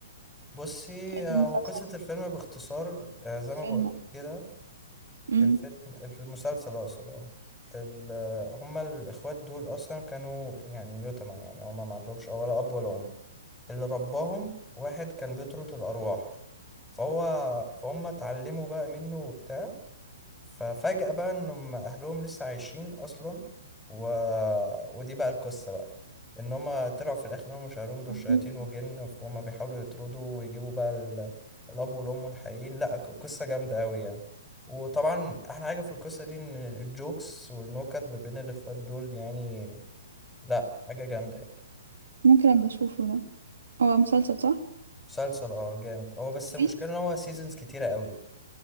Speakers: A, in the centre; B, on the right.
A: بصي
B: المسلسل
A: هو قصة الفيلم باختصار آه، زي
B: الفيلم
A: ما بقولك كده
B: أمم.
A: الفيلم في المسلسل أقصد اه ال- آه، هما الإخوات دول أصلا كانوا يعني يتامى يعني هما ما عندهمش ولا أب ولا أم اللي رباهم واحد كان بيطرد الأرواح فهو فهم اتعلموا بقى منه وبتاع ففجأة بقى انهم اهلهم لسه عايشين اصلا و... ودي بقى القصة بقى ان هما طلعوا في الاخر انهم مش اهلهم دول
B: أمم.
A: شياطين وجن فهم بيحاولوا يطردوا ويجيبوا بقى ال... الاب والام الحقيقيين لا ق- قصة جامدة قوي يعني وطبعا احلى حاجة في القصة دي ان الجوكس والنكت ما بين الاخوات دول يعني لا حاجة جامدة يعني
B: ممكن ابقى اشوفه ده هو مسلسل صح
A: مسلسل اه جامد هو بس
B: طويل
A: المشكلة ان هو سيزونز كتيرة قوي